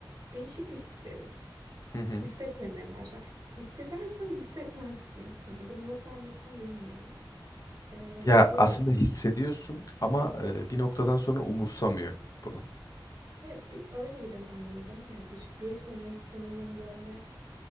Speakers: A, on the right; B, on the left.
A: değişik bir his verir.
B: Hı hı.
A: Hissetmemeye başlar. Hissedersin ama hissetmezsin. Hani bunu nasıl anlatırım bilmiyorum. Ee,
B: Ya
A: öyle
B: aslında
A: bir
B: hissediyorsun ama e, bir noktadan sonra umursamıyor bunu.
A: evet bir öyle bir dönemdeydim. Yani Yaklaşık bir senedir sanırım böyle